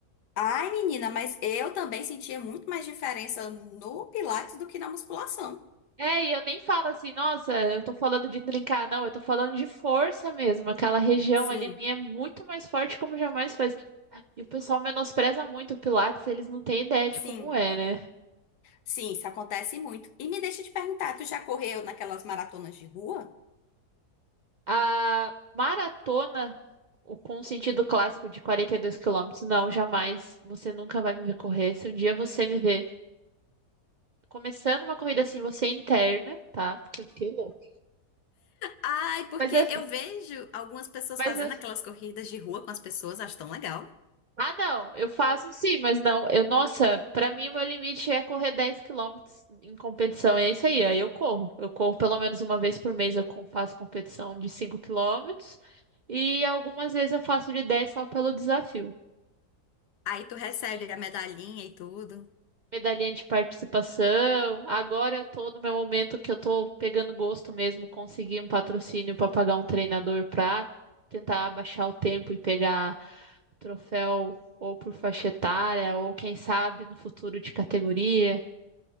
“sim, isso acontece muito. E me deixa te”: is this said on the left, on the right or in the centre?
Left